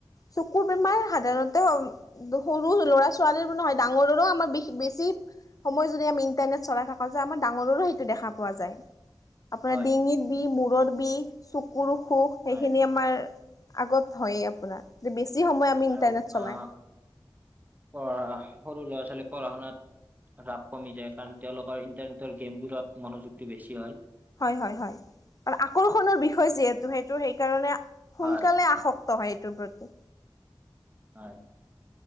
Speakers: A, on the left (about 40°); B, on the right (about 20°).
A: চকুৰ বেমাৰ সাধাৰণতে সৰু ল'ৰা ছোৱালীৰ নহয় ডাঙৰৰো আমাৰ বে বেছি সময় যদি আমি ইণ্টাৰনেট চলাই থকা যায় আমাৰ ডাঙৰৰো সেইটো দেখা পোৱা যায়। আপোনাৰ
B: হয়
A: ডিঙিত বি মূৰৰ বিষ চকুৰ অসুখ সেইখিনি
B: হয়
A: আমাৰ আগত হয়য়ে আপোনাৰ বেছি সময় আমি ইণ্টাৰনেট
B: আৰু
A: চলাই
B: আ প সৰু ল'ৰা-ছোৱালী পঢ়া শুনাত ৰাপ কমি যায় কাৰণ তেওঁলোকৰ ইন্টাৰনেটৰ গেমবোৰত মনোযোগ টো বেছি হয়।
A: হয়, হয়, হয় আৰু আকৰ্ষণৰ বিষয় যিহেতু সেইটো সেই কাৰণে সোনকালে
B: হয়
A: আশক নহয় এইটোৰ প্ৰতি।
B: হয়।